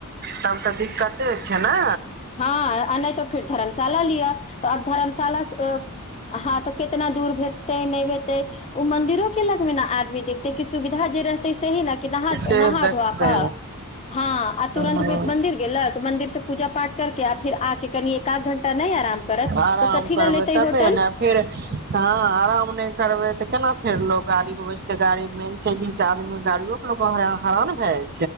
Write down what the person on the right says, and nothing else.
तब तऽ दिक्कते छै ने।
से
देखतै
हँ
आराम
करबै
तबे
ने फेर हँ आराम नहि करबै तऽ केना? फेर लोग गाड़ी मे बैसते गाड़ी मेन छै बीस आदमी गाड़ियो के लोग हरान भेल।